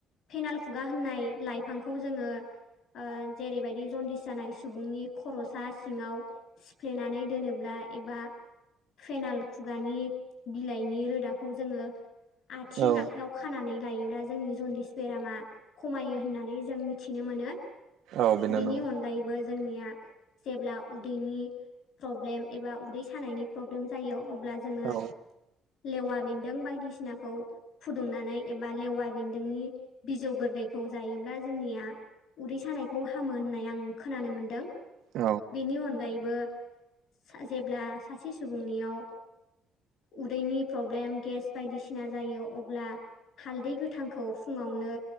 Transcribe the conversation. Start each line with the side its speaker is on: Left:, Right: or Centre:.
Left: फेनाल खुगा होननाय लाइ बिफांखौ जोङो ओ जेरैबायदि जन्दिस जानाय सुबुंनि खर'सा सिङाव सिफ्लेनानै दोनोब्ला एबा फेनाल खुगानि बिलाइनि रोदाखौ जोङो आथिं
Right: औ बिनानाव औ
Left: आखायाव खानानै लायोब्ला जोंनि जनदिस बेरामा खमायो होननानै जों मिथिनो मोनो।
Right: औ बिनानाव
Left: बेनि अनगायैबो जोंनिया जेब्ला उदैनि प्रब्लेम एबा उदै सानायनि प्रब्लेम जायो अब्ला जोङो
Right: औ
Left: लेवा बेन्दों बायदिसिनाखौ फुदुंनानै एबा लेवा बेन नोंनि बिजौ गोरलैखौ जायोब्ला जोंनिया उदै सानायखौ हामो होननाय आं खोनानो मोनदों
Right: औ
Left: बेनि अनगायैबो फां जेब्ला सासे सुबुंनियाव उदैनि प्रब्लेम गेस बायदिसिना जायो अब्ला हालदै गोथां खौ फुङावनो